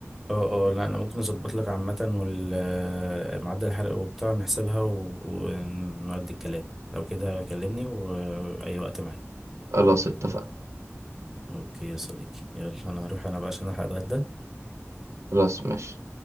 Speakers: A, in the centre; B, on the right.
A: اه اه لا انا ممكن اظبط لك عامة وال معدل الحرق وبتاع نحسبها و... ونودي الكلام لو كده كلمني وأي وقت معاك
B: خلاص اتفقنا
A: اوكي يا صديقي يلا انا هروح انا بقى عشان الحق اتغدى
B: خلاص ماشي